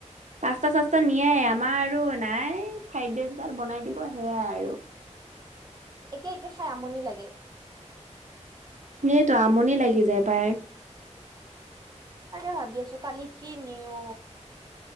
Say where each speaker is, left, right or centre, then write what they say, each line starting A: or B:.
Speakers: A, on the right; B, on the right.
A: পাঁচ্তা চাস্তা নিয়াই আমাৰ আৰু নাই ফ্ৰাইড ৰাইচ গাল বনাই দিব সেয়াই আৰু
B: একে একে খাই আমনি লাগে
A: সেইটোো আমনি লাগি যায় পাই
B: তাকে ভাবি আছোঁ, কালি কি নিও।